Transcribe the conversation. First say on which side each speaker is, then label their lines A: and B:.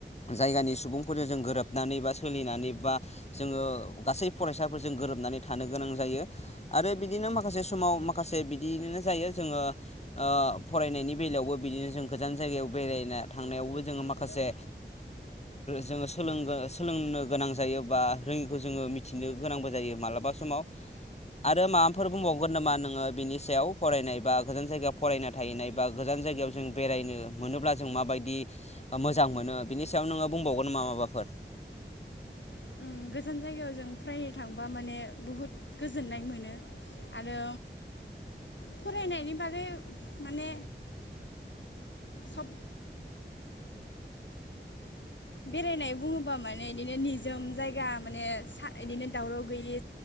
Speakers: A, on the left; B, on the left.
A: जायगानि सुबुंफोरजों जों गोरोबनानै बा सोलिनानै बा जोङो गासै फरायसाफोरजों गोरोबनानै थानो गोनां जायो आरो बिदिनो माखासे समाव माखासे बिदियैनो जायो जोङो ओ फरायनायनि बेलायावबो बिदिनो जों गोजान जायगायाव बेरायना थांनायावबो जोङो माखासे
B: हेलौ
A: जोङो सोलों सोलोंनो गोनां जायो बा रोङिखौ जोङो मिथिनो गोनांबो जायो मालाबा समाव आरो माबाफोर बुंबावगोन नामा नोङो बिनि सायाव फरायनाय बा गोजान जायगायाव फरायनानै नाय बा गोजान जायगायाव बेरायनो मोनोब्ला जों मा बायदि मोजां मोनो बेनि सायाव नोङो बुंबावगोन नामा माबाफोर?
B: उम, गोजान जायगायाव जों फरायनो थांबा माने बुहुत गोजोन्नाय मोनो आरो फरायनायनि बागै माने सब बेरायनाय बुङोबा माने बिदिनो निजोम जायगा माने बिदिनो दावराव गैयि